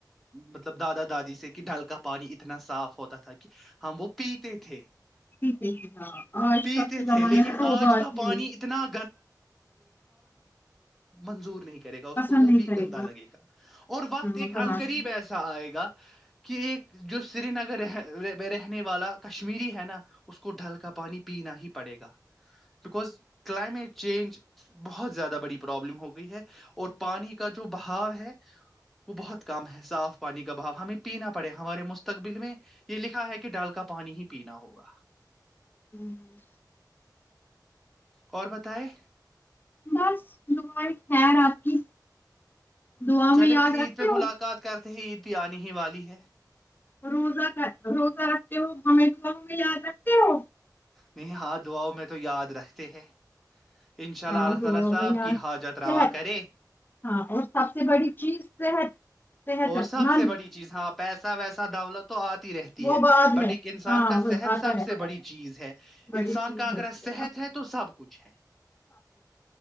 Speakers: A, in the centre; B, on the left.
A: مطلب دادا دادی سے کہ ڈھل کا پانی اتنا صاف ہوتا تھا کہ ہم وہ پیتے تھے
B: ٹھیک ہے کہ ہاں آج
A: <unintelligible>
B: کل کے زمانے
A: دنا
B: میں تو وہ بات ہی نہیں
A: منظور نہیں کر
B: پسند
A: وہ
B: نہیں
A: بھی
B: کرے
A: گندا لگے گا اور
B: ہاں
A: وقت ایک
B: کمانا
A: انقریب ایسا آئے گا کہ ایک جو سری نگر رہ رہنے والا کشمیری ہے نا اس کو ڈھل کا پانی پینا ہی پڑے گا بکاز کلائمیٹ چینج بہت زیادہ بڑی پرابلم ہو گئی ہے اور پانی کا جو بھاؤ ہے وہ بہت کم ہے صاف پانی کا با ہمیں پینا پڑے ہمارے مستقبل میں یہ لکھ ہے کہ ڈال کا پانی ہی پینا ہوگا
B: ہوں ہ <unintelligible>
A: اور بتائےیں
B: بس دبائی خیر آپ کی دعا
A: چلے
B: میں یاد
A: پھر عید
B: رکھتی
A: پہ ملاقات
B: ہو
A: کرتے عید بھی آنے ہی والی ہے
B: روزہ کا روزہ رکھتے ہو ہمیں تو آؤ گے یاد رکھتے ہو
A: نہیں ہاتھ دعاؤ میں تو یاد رکھتے ہیں ان شاء اللہ
B: ہاں
A: اللہ تعالی صاحب کی حاجت روا
B: صحت
A: کرے
B: ہاں اور سب سے بڑی چیز صحت صحت
A: اور سب
B: مند
A: سے بڑی چیز ہاں پیسا ویسا سا داوولت تو آتی رہتی
B: وہ
A: ہے
B: بعد
A: بٹ
B: میں
A: ایک انسان
B: ہاں
A: کا
B: وہ
A: صحت
B: آتا
A: سب
B: رہتا
A: سے بڑی
B: ہے
A: چیز ہے
B: بڑی
A: انسان
B: چیز
A: کا اگر
B: ہوتی
A: صحت
B: نا
A: ہے تو سب کچھ ہے